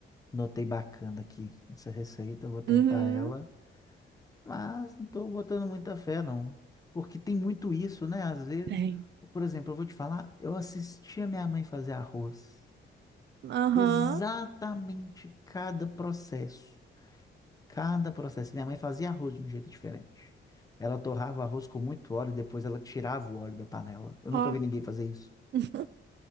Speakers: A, on the left; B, on the right.
A: Notei bacana aqui essa receita, eu vou tentar
B: Uhum,
A: ela, mas não estou botando muita fé, não. Porque tem muito isso, né? Às vezes,
B: tem.
A: por exemplo, eu vou te falar, eu assisti a minha mãe fazer arroz.
B: Aham,
A: Exatamente cada processo. Cada processo. Minha mãe fazia arroz de um jeito diferente. Ela torrava arroz com muito óleo, depois ela tirava o óleo da panela. Eu
B: ó.
A: nunca vi ninguém fazer isso.
B: <laughs>